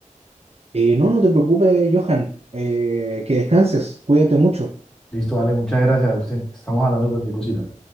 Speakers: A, on the right; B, in the centre.
A: Eh, no, no te preocupes, Johan. Eh, que descanses, cuídate mucho.
B: Listo, dale, muchas gracias, Agustín. Estamos hablando de cualquier cosita.